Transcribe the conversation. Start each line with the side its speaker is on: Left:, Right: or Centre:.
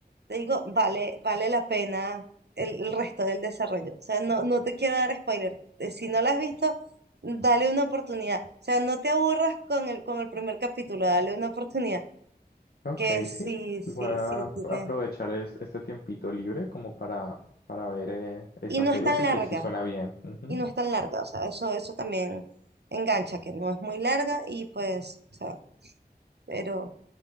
Right: te digo, vale, vale la pena el, el resto del desarrollo. O sea, no, no te quiero dar spoiler. Eh, Si no la has visto, dale una oportunidad. O sea, no te aburras con el, con el primer capítulo, dale una oportunidad.
Left: Ok,
Right: Que sí,
Left: sí.
Right: sí,
Left: Voy a
Right: sí tiene.
Left: aprovechar es- este tiempito libre como para, para ver eh, esa
Right: Y no
Left: serie
Right: es tan
Left: porque
Right: larga,
Left: sí suena bien. Ujú.
Right: y no es tan larga. O sea, eso, eso también engancha, que no es muy larga y pues, o sea, pero...